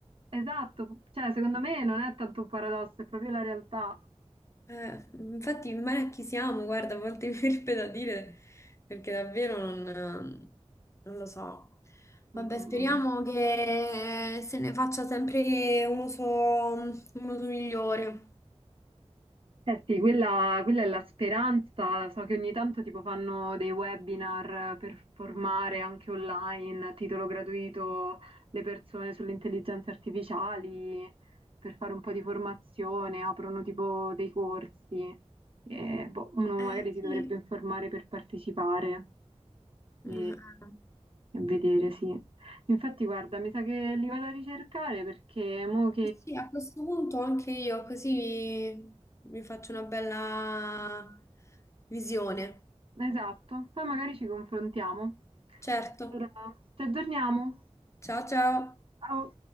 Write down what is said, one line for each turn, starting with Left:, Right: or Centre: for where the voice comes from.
Right: esatto, cioè secondo me non è tanto un paradosso, è proprio la realtà.
Left: Eh, infatti, male a chi siamo, guarda, a volte mi <laughs> verrebbe da dire, perché davvero non non lo so.
Right: Mm,
Left: Vabbè,
Right: mm,
Left: speriamo
Right: mm.
Left: che se ne faccia sempre un uso, un uso migliore.
Right: Eh sì, quella, quella è la speranza. So che ogni tanto tipo fanno dei webinar per formare anche online a titolo gratuito le persone sulle intelligenze artificiali, per fare un po' di formazione, aprono tipo dei corsi. E, boh, uno
Left: Eh,
Right: magari si
Left: sì.
Right: dovrebbe informare per partecipare e,
Left: Eh,
Right: e vedere, sì. Infatti, guarda, mi sa che li vado a ricercare perché mo
Left: eh sì, a questo punto anche io così mi faccio una bella visione.
Right: Esatto, poi magari ci confrontiamo.
Left: Certo.
Right: Allora, ci aggiorniamo.
Left: Ciao ciao.
Right: Ciao.